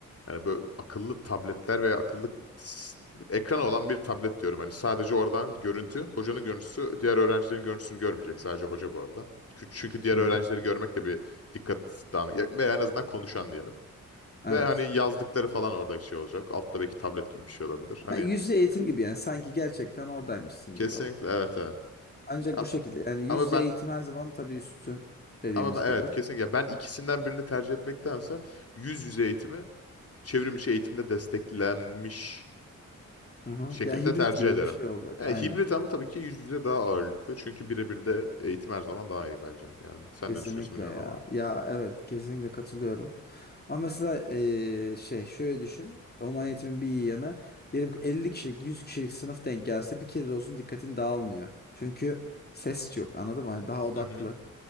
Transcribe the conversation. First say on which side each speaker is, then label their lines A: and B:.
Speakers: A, on the left (about 45°); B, on the left (about 25°).
A: Hani böyle akıllı tabletler veya akıllı s- ekranı olan bir tablet diyorum. Hani sadece oradan görüntü, hocanın görüntüsü, diğer öğrencilerin görüntüsünü görmeyecek sadece hoca bu arada. Çünkü çünkü diğer
B: Hı
A: öğrencileri
B: hı.
A: görmek de bir dikkat dağınık veya en azından konuşan diyelim.
B: Evet.
A: Ve hani yazdıkları falan orada şey olacak. Altta belki tablet gibi bir şey olabilir. Hani
B: Ha, yüz yüze eğitim gibi yani sanki gerçekten oradaymışsın
A: kesinlikle
B: gibi oldu.
A: evet evet.
B: Ancak
A: A-
B: bu şekilde yani yüz
A: Ama
B: yüze
A: ben
B: eğitim her zaman tabii üstün dediğimiz
A: ama ben, evet
B: gibi.
A: kesinlikle ben ikisinden birini tercih etmektense yüz yüze eğitimi çevrim içi eğitimde desteklenmiş
B: Hı hı.
A: şekilde
B: Ya hibrit
A: tercih
B: gibi
A: ederim.
B: bir şey olacak.
A: Yani
B: Aynen.
A: hibrit ama tabii ki yüz yüze daha ağırlıklı. Çünkü birebir de eğitim her zaman daha iyi bence. Yani sen
B: Kesinlikle
A: ne düşünüyorsun bilmiyorum
B: ya.
A: ama.
B: Ya evet kesinlikle katılıyorum. Ama mesela eee, şey şöyle düşün. Online eğitimin bir iyi yanı. Diyelim ki 50 kişilik 100 kişilik sınıf denk gelse bir kere de olsun dikkatin dağılmıyor. Çünkü ses yok anladın mı? Hani daha odaklı.
A: Hı hı.